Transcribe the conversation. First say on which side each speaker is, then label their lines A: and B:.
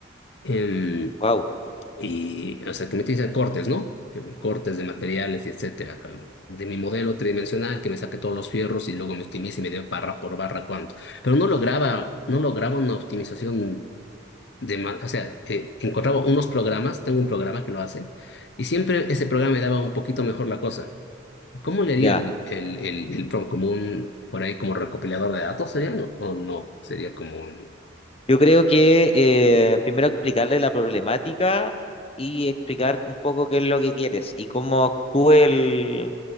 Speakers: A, on the left; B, on the left.
A: em,
B: wow,
A: Y, o sea, que me a cortes, ¿no? Que- Cortes de materiales y etcétera. con- De mi modelo tridimensional, que me saque todos los fierros y luego me optimice y me dé barra por barra cuánto. Pero no lograba, no lograba una optimización de más. O sea, eh, encontraba unos programas, tengo un programa que lo hace, y siempre ese programa me daba un poquito mejor la cosa. ¿Cómo le haría
B: ya.
A: el, el, el, el prompt como un, por ahí, como recopilador de datos? ¿Sería? ¿No? ¿O no? Sería como un.
B: Yo creo que eh, primero explicarle la problemática y explicar un poco qué es lo que quieres y cómo actúa el,